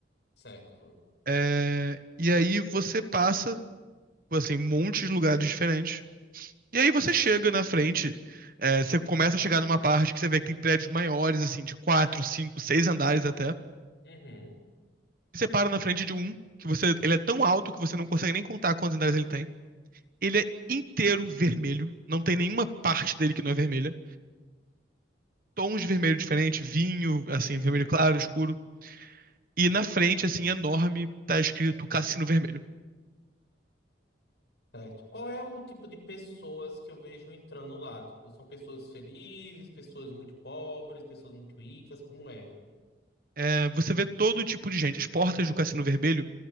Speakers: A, on the left; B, on the right.
A: Certo.
B: É, e aí você passa, assim, um monte de lugares diferentes. E aí você chega na frente, é, você começa a chegar numa parte que você vê que tem prédios maiores, assim, de quatro, cinco, seis andares até.
A: Uhum.
B: você para na frente de um, que você, ele é tão alto que você não consegue nem contar quantos andares ele tem. Ele é inteiro vermelho, não tem nenhuma parte dele que não é vermelha. Tons de vermelho diferente, vinho, assim,
A: Uhum.
B: vermelho claro, escuro. E na frente, assim, enorme, tá escrito Cassino Vermelho.
A: Certo. Qual é o tipo de pessoas que eu vejo entrando lá? Tipo, são pessoas felizes, pessoas muito pobres, pessoas muito ricas, como é?
B: É, você vê todo tipo de gente. As portas do Cassino Vermelho